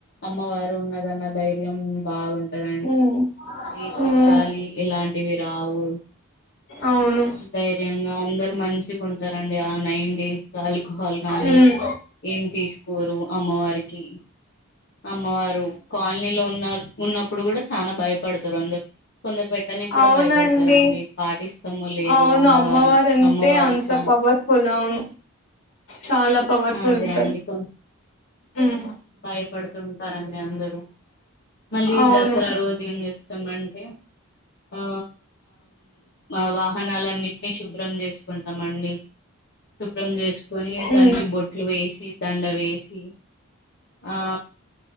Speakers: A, on the left; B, on the left.
A: అమ్మ వారు ఉన్న దన్నా ధైర్యం బాగుంటదండి
B: ఉమ్,
A: ఏ చెడు
B: ఉమ్,
A: గాలి ఇలాంటివి రావు
B: అవును
A: ధైర్యంగా అందరు మంచి కుంటారండి ఆ నైన్ డేస్ ఆల్కహాల్ గానీ
B: ఉమ్,
A: ఏం తీసుకోరు అమ్మవారికి అమ్మవారు కాలనీలో ఉన్న ఉన్నప్పుడు కూడా చాలా భయపడతారు అందురు కొందరు పెట్టనికి కూడా
B: అవునండి
A: భయపడతారండి పాటిస్తామో లేదు
B: అవును
A: అమ్మవారు
B: అంటే
A: అమ్మవారు
B: అంత
A: చానా
B: పవర్ఫుల్ అవును చాలా పవర్ఫుల్
A: అదే
B: ఉంటారు
A: అండి కొ
B: ఉమ్,
A: భయపడుతుంటారండి అందరూ మళ్ళీ
B: అవును
A: దసరా రోజు ఏం చేస్తామం ఎమ్ ఆ ఆ వాహనాలన్నింటినీ శుభ్రం చేసుకుంటాం మండి శుభ్రం చేసుకొని దానికి
B: ఉమ్,
A: బొట్లు వేసి దండ వేసి ఆ